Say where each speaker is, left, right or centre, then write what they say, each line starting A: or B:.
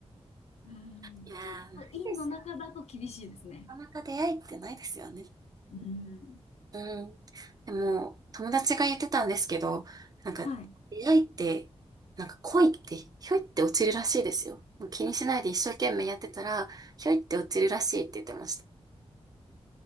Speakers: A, on the left; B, on the right.
A: うん、
B: いやー、
A: ちょっと院の中だと厳しいですね。
B: ないですよ。なかなか出会いってないですよね。
A: うん。
B: うん。でも、友達が言ってたんですけど、なんか、
A: はい。
B: 出会いって、なんか恋って、ひょいって落ちるらしいですよ。もう気にしないで一生懸命やってたら、ひょいって落ちるらしいって言ってました。